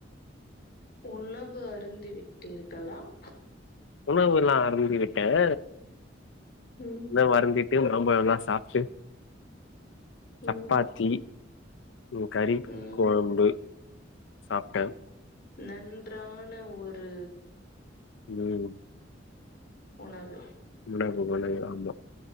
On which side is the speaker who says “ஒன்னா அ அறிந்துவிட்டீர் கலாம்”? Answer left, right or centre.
Left